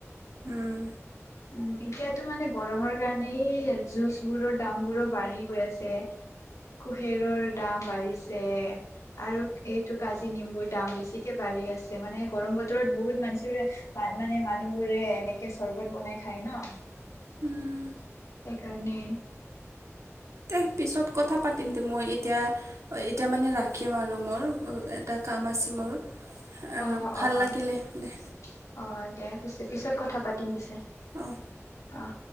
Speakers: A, on the right; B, on the left.
A: উম।
B: <unintelligible> উম, এতিয়াতো মানে গৰমৰ কাৰণেই জুচ বোৰৰ দাম বোৰো বাঢ়ি গৈ আছে। ফেৰৰ দাম বাঢ়িছে। আৰু এইটো কাজি নেমুৰ মু দাম বেছিকে বাঢ়ি আছে মানে গৰম বতৰত বহুত <unintelligible> মানে মানুহবোৰে এনেকে চৰবত বনাই খায় ন'।
A: উম।
B: সেইকাৰণে
A: দে পিছত কথা পাতিম দে, মই এতিয়া এতিয়া মানে ৰাখিম আৰু মোৰ, এটা কাম আছে মোৰ। আহ,
B: অঁহ', -
A: ভাল
B: অঁহ,
A: লাগিলে দে
B: - অঁহ, - দে পিছে, পিছত কথা পাতিম পিছে।
A: অঁ
B: অহ।